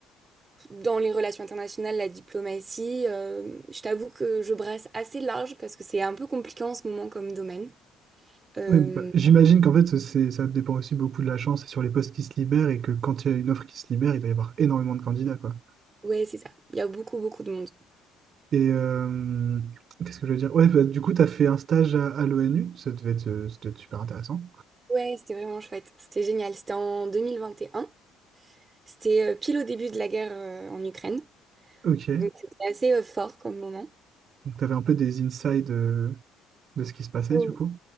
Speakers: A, on the right; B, on the right.
A: dans les relations internationales, la diplomatie. Euh, je t'avoue que je brasse assez large parce que c'est un peu compliqué en ce moment comme domaine. Euh,
B: Ouais, bah, j'imagine qu'en fait, c'est, ça dépend aussi beaucoup de la chance et sur les postes qui se libèrent et que quand il y a une offre qui se libère, il doit y avoir énormément de candidats, quoi.
A: ouais, c'est ça. Il y a beaucoup, beaucoup de monde.
B: Et euh, qu'est-ce que je veux dire? Ouais, bah, du coup, tu as fait un stage à, l'ONU, ça devait être, euh, ça devait être super intéressant.
A: Ouais, c'était vraiment chouette. C'était génial. C'était en 2021. C'était euh, pile au début de la guerre euh, en Ukraine.
B: Ok.
A: Donc c'était assez euh, fort comme moment.
B: Donc, tu avais un peu des insights de, de ce qui se passait,
A: Mm.
B: du coup.